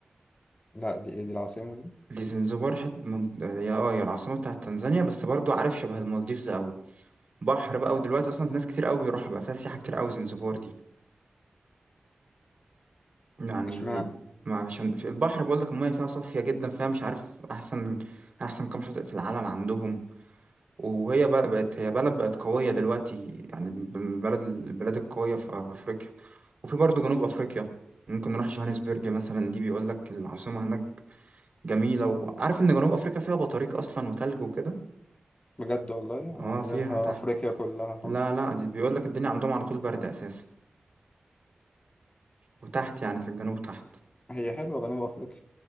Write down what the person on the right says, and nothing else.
دي زنزبار حت من... هي اه هي العاصمه بتاعت تنزانيا بس برضو عارف شبه المالديفز قوي بحر بقى ودلوقتي اصلا ناس كتير قوي بيروحها بقى فيها سياحه كتير قوي زنزبار دي يعني
ما عشان في البحر بقول لك الميه فيها صافيه جدا فيها مش عارف احسن احسن كام شاطئ في العالم عندهم وهي بقى بقت هي بلد بقت قويه دلوقتي يعني من البلد البلاد القويه في افريقيا وفي برضو جنوب افريقيا ممكن نروح جوهانسبرج مثلا دي بيقول لك العاصمه هناك جميلة وعارف ان جنوب افريقيا فيها بطاريق اصلا وتلج وكده
اه
فيها تحت
لا لا دي بيقول لك الدنيا عندهم على طول برد اساسا وتحت يعني في الجنوب تحت